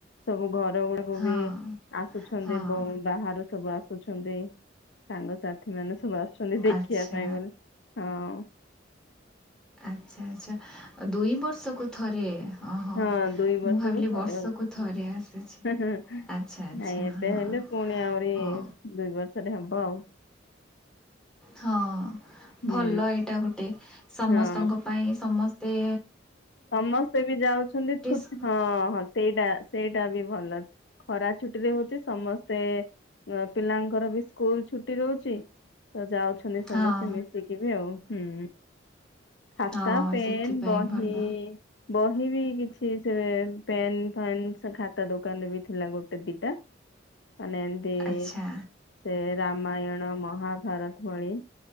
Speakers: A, on the left (about 65°); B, in the centre.
A: ସବୁ ଘ ର ଗୁଡା କୁ
B: ହଁ,
A: ବି ଆସୁଛନ୍ତି
B: ହଁ,
A: ଏବଂ ବାହାରୁ ସବୁ ଆସୁଛନ୍ତି ସାଙ୍ଗସାଥିମାନେ ସବୁ ଆସ ଛନ୍ତି ଦେଖିବା
B: ଆଚ୍ଛା,
A: ପାଇଁ ବୋଲି ହଁ।
B: ଆଛା ଆଚ୍ଛା ଦୁଇ ବର୍ଷକୁ ଥରେ? ଓହୋ
A: ହଁ ଦୁଇ
B: ମୁଁ
A: ବର୍ଷକୁ
B: ଭାବିଲି
A: ଥରେ
B: ବର୍ଷକୁ
A: ହଉଛି
B: ଥରେ ଆସୁଛି।
A: ନାଇଁ
B: ଆଚ୍ଛା, ଆଚ୍ଛା,
A: ଏବେ
B: ହଁ,
A: ହେଲେ ପୁଣି ଆଉରି
B: ହଉ,
A: ଦୁଇ ବ ର୍ଷରେ ହବ ଆଉ।
B: ହଁ
A: ହୁଁ
B: ଭଲ ଏଇଟା ଗୋଟେ ସମସ୍ତଙ୍କ
A: ହଁ
B: ପାଇଁ ସମ ସ୍ତେ
A: ସମସ୍ତେ ବି ଯାଉଛନ୍ତି ଛୁଟ୍
B: ସ-
A: ହଁ ହଁ ସେଇଟା ସେଇଟା ବି ଭଲ ଖରା ଛୁଟିରେ ହଉଛି ସମସ୍ତେ ଅ ପିଲାଙ୍କର ବି ସ୍କୁଲ ଛୁଟି ରହୁଛି ତ ଯାଉଛନ୍ତି
B: ହଁ,
A: ସମସ୍ତେ ମିଶିକି ବି ଆଉ ହୁଁ। ଖାତା,
B: ହଁ
A: ପେନ୍,
B: ସେଥିପାଇଁ
A: ବହି
B: ଭଲ।
A: ବହି ବି କିଛି ସେ ପେନ୍, ଫେନ୍ ସେ ଖାତା ଦୋକାନରେ ବି ଥିଲା ଗୋଟେ ଦିଟା। ମାନେ ଏମିତି
B: ଆଚ୍ଛା,
A: ସେ ରାମାୟଣ ମହା ଭାରତ ଭଳି